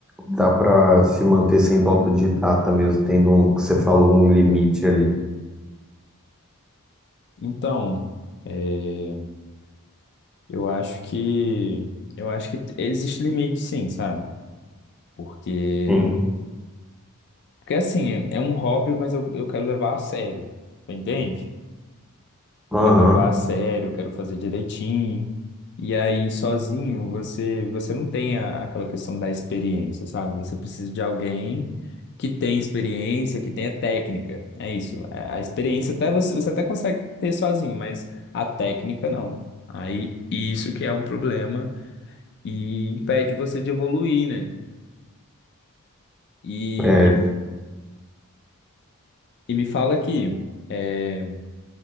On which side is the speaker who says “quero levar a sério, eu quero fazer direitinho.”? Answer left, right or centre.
Left